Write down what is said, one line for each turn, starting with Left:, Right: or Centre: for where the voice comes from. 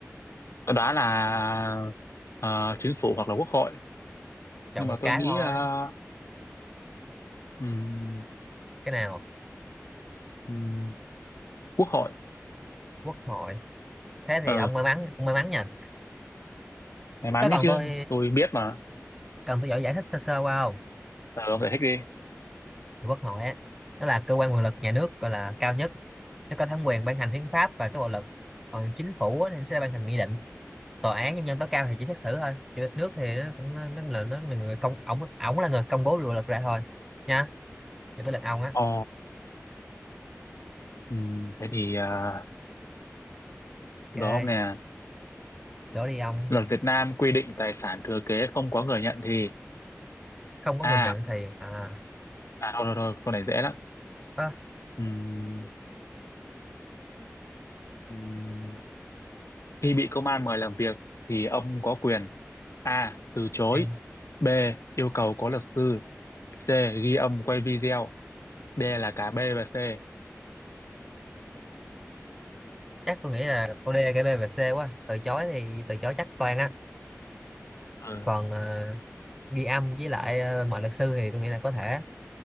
Left: tôi đoán là ờ, chính phủ hoặc là quốc hội
Centre: Chọn
Left: nhưng
Centre: một
Left: mà
Centre: cái
Left: tôi nghĩ
Centre: thôi.
Left: ờ, ừm,
Centre: Cái nào?
Left: ừm, quốc hội
Centre: Quốc hội. Thế thì
Left: Ừ.
Centre: ông may mắn, ông may mắn nha.
Left: May mắn
Centre: Có cần
Left: ấy chứ,
Centre: tôi
Left: tôi biết mà.
Centre: cần tôi giỏi giải thích sơ sơ qua không?
Left: Ờ, ông giải thích đi.
Centre: Thì quốc hội á, nó là cơ quan quyền lực nhà nước gọi là cao nhất. Nó có thẩm quyền ban hành hiến pháp và các bộ luật. Còn chính phủ á, thì sẽ ban hành nghị định. Tòa án nhân dân tối cao thì chỉ xét xử thôi. Chủ tịch nước thì nó cũng nó, nó là nó là người công ổng ổng là người công bố luật ra thôi. Nha. Giờ tới lượt ông á.
Left: Ờ, ừ, thế thì à,
Centre: Ok,
Left: từ đó ông nè.
Centre: đổ đi ông.
Left: Luật Việt Nam quy định tài sản thừa kế không có người nhận thì...
Centre: không có
Left: À,
Centre: người nhận thì à
Left: à thôi thôi thôi, câu này dễ lắm.
Centre: ơ,
Left: Ừm, ừm, khi bị công an mời làm việc thì ông có quyền A. Từ chối
Centre: em
Left: B. Yêu cầu có luật sư C. Ghi âm quay video D là cả B và C.
Centre: chắc tôi nghĩ là câu D cái B và C quá từ chối thì từ chối chắc toàn á
Left: Ừ.
Centre: còn ờ, ghi âm với lại ờ, mọi luật sư thì tôi nghĩ là có thể